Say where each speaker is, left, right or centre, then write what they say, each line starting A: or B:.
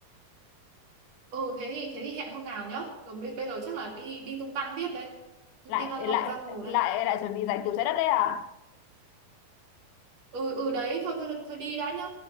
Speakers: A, on the right; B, on the left.
A: Ừ thế thì thế thì hẹn hôm nào nhá. Rồi bây, bây giờ chắc là đi đi tung tăng tiếp đây.
B: lại
A: Đi lăn lộn
B: lại
A: giang hồ
B: lại
A: đây.
B: lại chuẩn bị giải cứu trái đất đây à
A: Ừ ừ đấy thôi thôi thôi đi đã nhá.